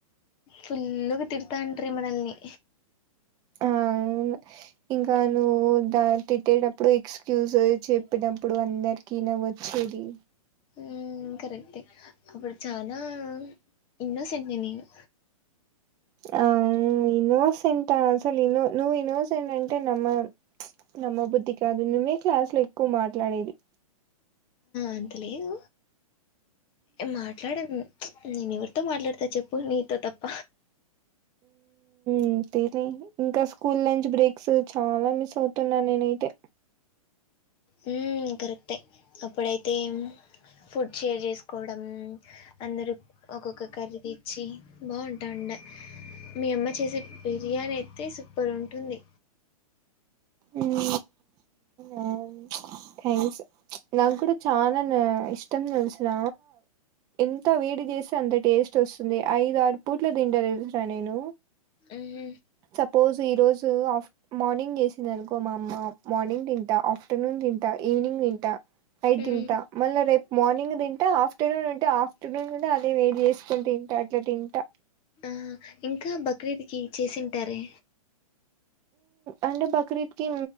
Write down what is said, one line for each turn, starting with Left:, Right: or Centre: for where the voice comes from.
Left: ఫుల్గ తిర్తాంట్రీ మనల్ని
Right: ఆవును ఇంకా నువ్వు దా తిట్టేటప్పుడు ఎక్స్క్యజ్ చెప్పినప్పుడు అందరిక నవ్వు వచ్చి అది
Left: ఊ కరెక్ట్ ఏ అప్పుడు చానా ఇన్నో సెంట్ నేనేను
Right: ఆ ఇన్నోసెంట్ అసలు ఇన్నో నువ్వు ఇన్నోసెంట్ అంటే నమ్మలేం నమ్మ బుద్ధి కాదు నువ్వే క్లాస్ లో ఎక్కువ మాట్లాడేది
Left: అంతలేదు మాట్లాడాను ఏవర్తో మాట్లాడుతా చెప్పు నీతో తప్ప
Right: అంతేనే ఇంకా స్కూల్ లంచ్ బ్రేక్స్ చాలా మిస్ అవుతున్నా నేనైతే
Left: మ్మ్ హ్ కరెక్టే అప్పుడైతే ఫుడ్ షేర్ చేసుకోవడం అందరు ఒక్కొక్క కర్రీ తెచ్చి బాగుంటాండ మీ అమ్మ చేసే బిర్యానీ అయితే సూపర్ ఉంటుంది
Right: మ్మ్ అవును ప్చ్ థ్యాంక్స్ నాక్కూడా చాలా ఇష్టం తెలిసున ఎంత వేడి చేస్తే అంత టేస్ట్ వస్తుంది ఐదు ఆరు పూట్ల తింట తెలుసున నేను
Left: మ్మ్,
Right: సపోజ్ ఈరోజు ఆఫ్ మార్నింగ్ చేసి అనుకో మా అమ్మ మార్నింగ్ తింటా ఆఫ్టర్నూన్ తింటా ఈనింగ్ తింట నైట్
Left: మ్మ్.
Right: తింటా మళ్ళ రేపు మార్నింగ్ తింటా ఆఫ్ ఆఫ్టర్నూన్ ఉంటే ఆఫ్టర్నూన్ ను అదే వేడి చేసుకొని తింటా అట్లా తింటా
Left: ఆ! ఇంకా బక్రీద్కి చేసింటార
Right: అంటే బక్రీద్ కి